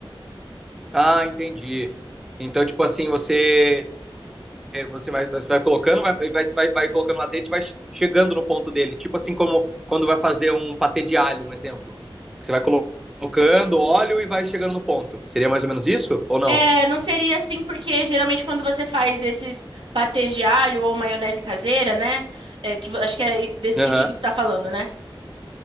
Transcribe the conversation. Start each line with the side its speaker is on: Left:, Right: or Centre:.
Centre: Ah, entendi. Então, tipo assim, você É, você vai, você vai colocando, vai, vai, vai colocando o azeite e vai chegando no ponto dele. Tipo assim, como quando vai fazer um patê de alho, um exemplo. Você vai colocando óleo e vai chegando no ponto. Seria mais ou menos isso? Ou não?
Right: É, não seria assim, porque geralmente quando você faz esses patês de alho ou maionese caseira, né? É, que, vo- acho que é desse
Centre: Aham.
Right: sentido que tá falando, né?